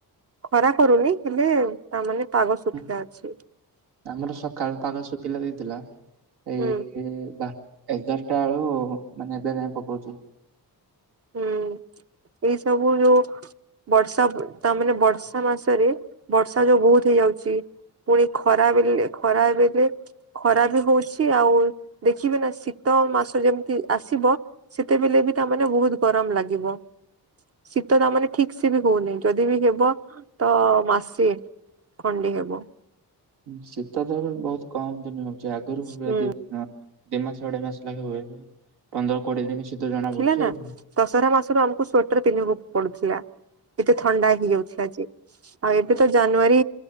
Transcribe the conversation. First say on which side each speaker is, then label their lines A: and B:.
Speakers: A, on the right (about 40°); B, on the right (about 80°).
A: ଖରା କରୁନି ହେଲେ ତା ମାନେ ପାଗ
B: ନାଇଁ?
A: ଶୁଖିଲା ଅଛି।
B: ଆମର ସକାଳୁ ପାଗ ଶୁଖିଲା ଦେଇଥିଲା। ଏଇ
A: ହୁଁ
B: ଏବେ ବା ଏଗାରଟା ବେଳୁ ମାନେ ଏବେ ଯାଇଁ ପକଉଛି। <inaudible>
A: ହୁଁ ଏଇ ସବୁ ଯୋଉ ବର୍ଷା ତା ମାନେ ବର୍ଷା ମାସରେ, ବର୍ଷା ଯୋଉ ବହୁତ ହେଇଯାଉଛି। ପୁଣି ଖରା ବେଲେ ଖରା ବେଲେ ଖରା ବି ହଉଛି ଆଉ ଦେଖିବେ ନା ଶୀତ ମାସ ଯେମିତି ଆସିବ ସେତେବେଲେ ବି ତା ମାନେ ବହୁତ ଗରମ ଲାଗିବ। ଶୀତ ତା ମାନେ ଠିକ୍ ସେ ବି ହଉନାହିଁ। ଯଦି ବି ହେବ ତ ମାସେ ଖଣ୍ଡେ ହେବ।
B: ଶୀତ ତ ଏବେ ବହୁତ କମ୍ ଦିନ ହଉଛି। ଆଗରୁ <unintelligible>
A: ହୁଁ
B: ଦି ମାସ ଅଢେଇ ମାସ ଲାଗେ ହୁଏ। ପନ୍ଦର କୋଡ଼ିଏ ଦିନ ଶୀତ ଜଣା
A: ଥିଲା
B: ପଡୁଛି
A: ନା।
B: ଆଉ।
A: ଦଶହରା ମାସ ରୁ ଆମକୁ ସ୍ଵେଟର ପିନ୍ଧିବାକୁ ପଡ଼ୁଥିଲା। ଏତେ ଥଣ୍ଡା ହେଇ ଯାଉଥିଲା ଯେ। ଆଉ ଏବେ ତ ଜାନୁଆରୀ